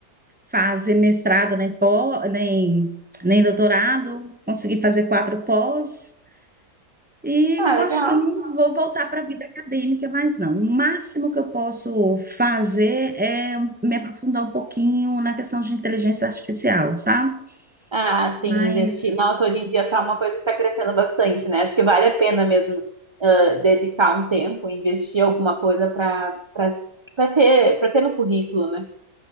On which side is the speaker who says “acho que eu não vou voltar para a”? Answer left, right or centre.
Centre